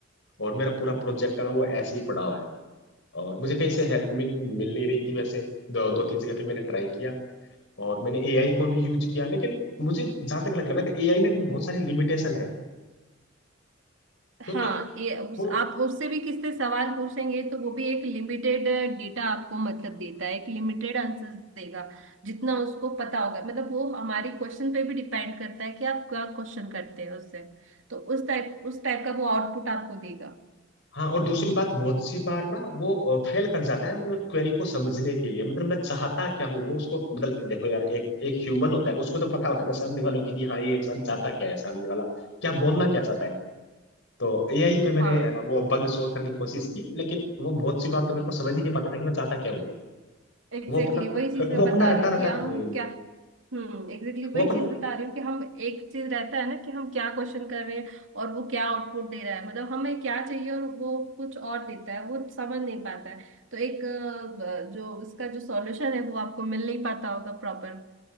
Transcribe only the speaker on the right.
हाँ ये उस,
आप उससे भी किससे सवाल पूछेंगे तो वो भी एक लिमिटेड डेटा आपको मतलब देता है एक लिमिटेड आंसर देगा जितना उसको पता होगा मतलब वो हमारे क्वेश्चन पे भी डिपेंड करता है कि आप क्या क्वेश्चन करते हैं उससे तो उस टाइप उस टाइप का वो आउटपुट आपको देगा
हाँ
एग्जैक्टली
exactly,
वही चीज मैं
बता
रही हूँ
कि हम
क्या हम्म एग्जैक्टली exactly, वही
चीज बता रही हूँ कि हम एक चीज रहता है ना कि हम क्या क्वेश्चन कर रहे हैं और वो क्या आउटपुट दे रहा है मतलब हमें क्या चाहिए और वो कुछ और देता है वो समझ नहीं पाता है तो एक अ, जो उसका जो सॉल्यूशन है वो आपको मिल नहीं पाता होगा प्रॉपर